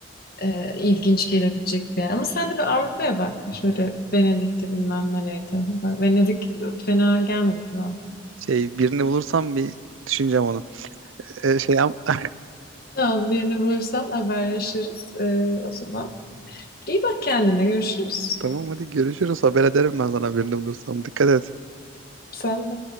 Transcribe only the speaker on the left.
e, ilginç gelebilecek bir yer. Ama sen de bir Avrupa'ya bak. Şöyle Venedik'te bilmem nereydi. Bak Venedik fena gelmedi kulağa.
Tamam birini bulursan haberleşiriz. E, o zaman iyi bak kendine görüşürüz.
Sen de.